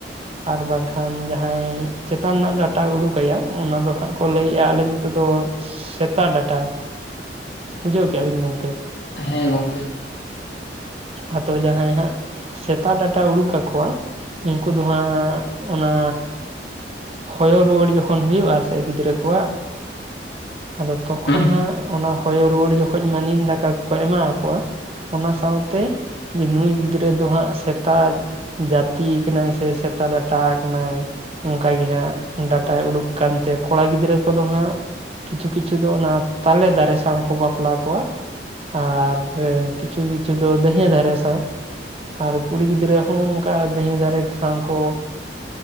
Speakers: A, on the right; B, on the left.
A: ᱟᱨ ᱵᱟᱝᱠᱷᱟᱱ ᱡᱟᱦᱟᱸᱭ ᱪᱮᱛᱟᱱ ᱨᱮᱱᱟᱜ ᱰᱟᱴᱟ ᱩᱰᱩᱠᱟᱭᱟ ᱚᱱᱟ ᱫᱚ ᱦᱟᱸᱜ ᱠᱚ ᱞᱟᱹᱭᱮᱜᱼᱟ ᱟᱞᱮ ᱱᱚᱛᱮ ᱫᱚ ᱥᱮᱛᱟ ᱰᱟᱴᱟ ᱵᱩᱡᱷᱟᱹᱣ ᱠᱮᱜᱼᱟ ᱵᱤᱱ ᱜᱚᱢᱠᱮ
B: ᱦᱮᱸ ᱜᱚᱝᱠᱮ
A: ᱟᱫᱚ ᱡᱟᱦᱟᱸᱭ ᱦᱟᱸᱜ ᱥᱮᱛᱟ ᱰᱟᱴᱟ ᱩᱰᱩᱠ ᱟᱠᱚᱣᱟ ᱩᱱᱠᱩ ᱫᱚ ᱦᱟᱸᱜ ᱚᱱᱟ ᱦᱚᱭᱚ ᱨᱩᱣᱟᱹᱲ ᱡᱚᱠᱷᱚᱱ ᱦᱩᱭᱩᱜᱼᱟ ᱥᱮ ᱜᱤᱫᱽᱨᱟᱹ ᱠᱚᱣᱟᱜ ᱟᱫᱚ ᱛᱚᱠᱷᱚᱱ
B: ᱦᱩᱸ
A: ᱦᱟᱸᱜ ᱚᱱᱟ ᱦᱚᱭᱚ ᱨᱩᱣᱟᱹᱲ ᱡᱚᱠᱷᱚᱠ ᱢᱟ ᱱᱤᱢ ᱫᱟᱠᱟ ᱠᱚᱠᱚ ᱮᱢᱟ ᱟᱠᱚᱣᱟ ᱚᱱᱟ ᱥᱟᱶᱛᱮ ᱡᱮ ᱱᱩᱭ ᱜᱤᱫᱽᱨᱟᱹ ᱫᱚ ᱦᱟᱸᱜ ᱥᱮᱛᱟ ᱡᱟᱹᱛᱤ ᱠᱟᱱᱟᱭ ᱥᱮ ᱥᱮᱛᱟ ᱰᱟᱴᱟ ᱠᱟᱱᱟᱭ ᱚᱱᱠᱟ ᱜᱮ ᱦᱟᱸᱜ ᱰᱟᱴᱟᱭ ᱩᱰᱩᱠ ᱠᱟᱱ ᱛᱮ ᱠᱚᱲᱟ ᱜᱤᱫᱽᱨᱟᱹ ᱠᱚᱫᱚ ᱦᱟᱸᱜ ᱠᱤᱪᱷᱩ ᱠᱤᱪᱷᱩ ᱫᱚ ᱚᱱᱟ ᱛᱟᱞᱮ ᱫᱟᱨᱮ ᱥᱟᱶ ᱠᱚ ᱵᱟᱯᱞᱟ ᱠᱚᱣᱟ ᱟᱨ ᱨᱮ ᱠᱤᱪᱷᱩ ᱠᱤᱪᱷᱩ ᱫᱚ ᱫᱟᱭᱹᱦᱟᱹ ᱫᱟᱨᱮ ᱥᱟᱶ ᱟᱨ ᱠᱩᱲᱤ ᱜᱤᱫᱽᱨᱟᱹ ᱦᱚᱸ ᱚᱱᱠᱟ ᱫᱤᱭᱦᱟᱹ ᱫᱟᱨᱮ ᱥᱟᱶ ᱠᱚ